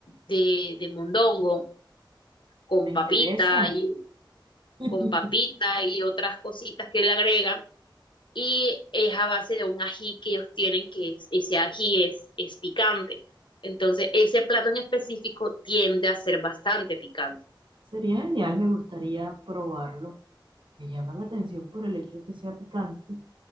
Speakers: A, on the left; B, on the right.
A: de, de mondongo con
B: Me
A: papita
B: interesa.
A: y
B: <laughs>
A: con papita y otras cositas que le agregan. Y es a base de un ají que ellos tienen, que es- ese ají es, es picante. Entonces, ese plato en específico tiende a ser bastante picante.
B: Sería genial, me gustaría probarlo. Me llama la atención por el hecho de que sea picante.